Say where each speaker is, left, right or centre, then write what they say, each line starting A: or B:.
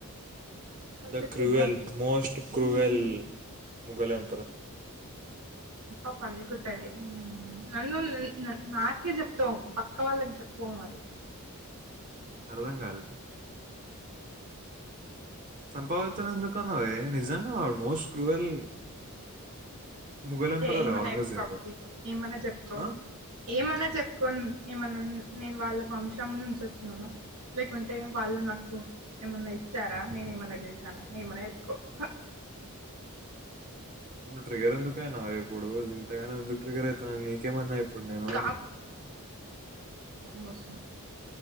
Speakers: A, on the right; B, on the right.
A: అయితే
B: ద క్రూవెల్
A: చూద్దాం
B: మోస్ట్ క్రూవెల్ ముగలం
A: మొకం పలుగుతది హుమ్ నన్ను న్ నాకే చెప్తవ్ పక్క వాళ్ళకి చెప్పు పో మరి
B: అర్థం కాలే చంపపగుల్తదని ఎందుకన్నవే నిజంగా ఆడు మోస్ట్ క్రూయల్ ముఘల్ ఎంపరర్
A: ఏ ఏమన్నా
B: ఔరంగజేబ్.
A: చెప్పుకో అబ్బి ఏమన్నా చెప్పుకో
B: ఆ!
A: ఏమన్నా చెప్పుకో ఏమన్నన్ నేను వాళ్ళ వంశం నుంచి వచ్చిననా లేకుంటే వాళ్ళు నాకు ఏమన్నా ఇచ్చారా నేను ఏమన్నా చేశానా ఏమన్నా చెప్పుకో పో
B: నువు ట్రిగర్ ఎందుకు అయినవే ఇప్పుడు దిన్ ఇంతగనం ఎందుకు ట్రిగ్గర్ అయితున్నావ్ నీకేమన్నా ఇప్పుడు
A: నువ్వు
B: నేను
A: మస్